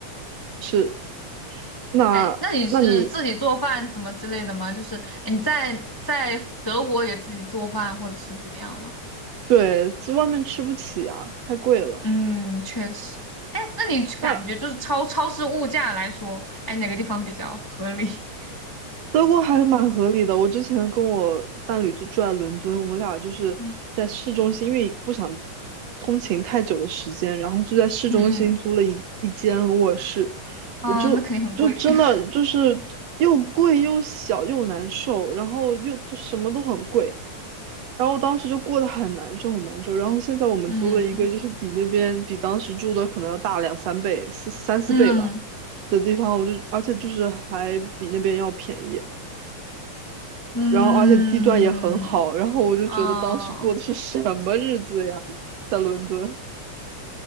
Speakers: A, on the right (about 70°); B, on the left (about 35°).
A: 是。那那你
B: 哎，那你是自己做饭怎么之类的吗？就是哎你在在德国也自己做饭或者是怎么样吗？
A: 对，在外面吃不起啊，太贵了。
B: 嗯，确实。哎，那你去感觉就是超超市物价来说，
A: 那
B: 哎，哪个地方比较合理？<laughs>
A: 德国还蛮合理的。我之前跟我伴侣就住在伦敦，我们俩就是在市中心，
B: 嗯
A: 因为不想通勤太久的时间，然后就在市中心租了一一间卧室。
B: 嗯嗯，啊，
A: 我就就真的就是又贵又小又难受，
B: 那肯定很贵。<laughs>
A: 然后又都什么都很贵，然后我当时就过得很难受很难受。然后现在我们租了一个，
B: 嗯
A: 就是比那边比当时住的可能要大两三倍、四三四倍吧。
B: 嗯
A: 的地方，我就而且就是还比那边要便宜。
B: 嗯
A: 然后而且地段也很好，然后我就觉得当时过的是什么日子呀，
B: 啊。
A: 在伦敦，